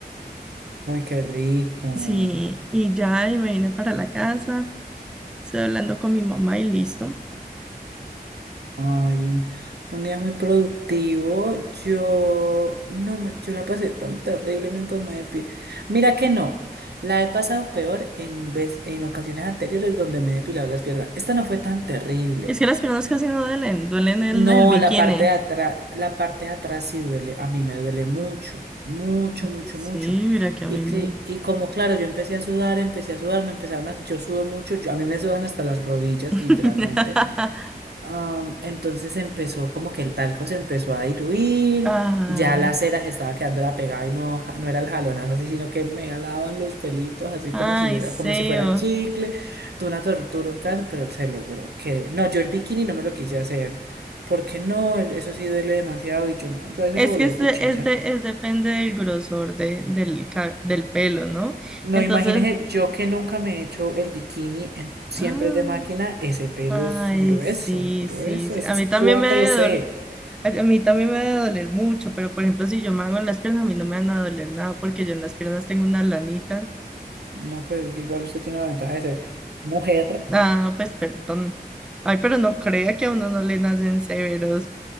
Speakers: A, on the right; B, in the centre.
A: Ay, qué rico.
B: Sí, y ya, y me vine para la casa, estoy hablando con mi mamá y listo.
A: Ay, un, un día muy productivo. Yo no me- yo la pasé tan terrible mientras me depilé. Mira que no. La he pasado peor en vez, en ocasiones anteriores donde me he depilado las piernas. Esta no fue tan terrible.
B: Es que las piernas casi no duelen, duelen el,
A: No,
B: el bikini.
A: la parte de atrás, la parte de atrás sí duele, a mí me duele mucho, mucho,
B: Ay,
A: mucho,
B: sí,
A: mucho.
B: mira que a
A: Y
B: mí no.
A: que, y como claro, yo empecé a sudar, empecé a sudar, me empezaron a, yo sudo mucho, yo- a mí me sudan hasta las rodillas,
B: <laughs>
A: literalmente. Am, entonces empezó como que el talco se empezó a diluir,
B: Ay,
A: ya la cera se estaba quedando la pegada y no, ja- no era el jalonazo así, sino que me alaban los pelitos así
B: ay,
A: como si hubiera,
B: Seo.
A: como si fuera chicle, Fue una tortura, un pedazo, pero se logró. Que, no, yo el bikini no me lo quise hacer, porque no, el- eso sí duele demasiado y yo no, yo a veces
B: Es
A: lo voleo
B: que es,
A: cuchilla.
B: de- es, de- es depende del grosor de, del, ca- del pelo, ¿no?
A: No,
B: Entonces,
A: imagínese, yo que nunca me he hecho el bikini, en- siempre
B: ah,
A: es de máquina, ese pelo
B: ay,
A: es grueso,
B: sí,
A: grueso,
B: sí, sí.
A: eso
B: A
A: es
B: mí
A: cuatro
B: también me debe
A: c
B: doler. A a mí también me debe doler mucho, pero por ejemplo, si yo me hago en las piernas, a mí no me van a doler nada porque yo en las piernas tengo unas lanitas.
A: No, pero que igual usted tiene la ventaja de ser mujer.
B: Ah, pues perdón. Ay, pero no crea que a uno no le nacen severos